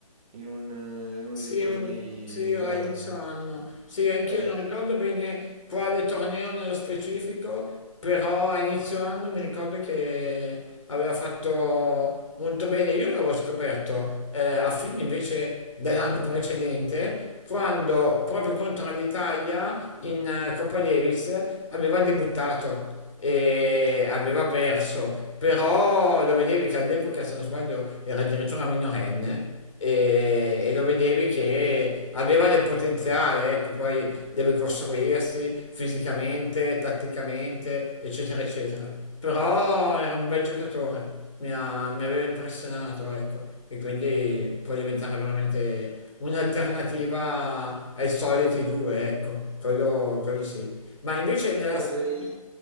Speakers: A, on the right (about 20°); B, on the left (about 60°).
A: in un, eh, in uno
B: Sì,
A: dei tornei
B: un- sì, a
A: grandi.
B: inizio anno. Sì, anch'io
A: Eh.
B: non ricordo bene quale torneo nello specifico, però a inizio anno mi ricordo che aveva fatto molto bene. Io l'avevo scoperto eh, a fine invece dell'anno precedente, quando proprio contro l'Italia in eh, Coppa Davis aveva debuttato e aveva perso, però lo vedevi che all'epoca, se non sbaglio, era addirittura minorenne e,
A: Sì, sì,
B: e lo
A: sì.
B: vedevi che aveva del potenziale, ecco, poi deve costruirsi fisicamente, tatticamente, eccetera, eccetera. Però era un bel giocatore, mi, ha- mi aveva impressionato, ecco, e quindi può diventare veramente un'alternativa ai soliti due, ecco, quello, quello sì. Ma invece nella
A: Guarda,
B: storia,
A: i-